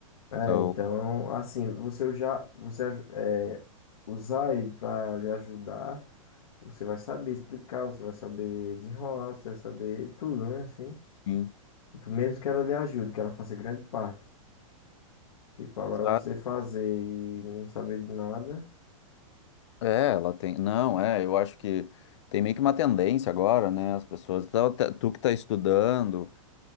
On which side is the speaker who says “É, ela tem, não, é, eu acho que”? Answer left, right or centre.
Left